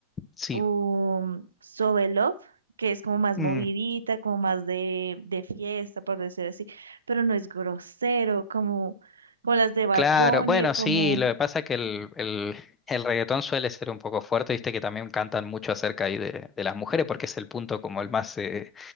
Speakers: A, on the left; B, on the right.
A: sí.
B: Um, So in Love, que es como más
A: Mm,
B: movidita, como más de, de fiesta, por decir así, pero no es grosero, como, como las de Bad
A: claro.
B: Bunny,
A: Bueno,
B: como,
A: sí, lo que pasa es que el, el, el reggaetón suele ser un poco fuerte, viste que también cantan mucho acerca ahí de, de las mujeres, porque es el punto como el más eh,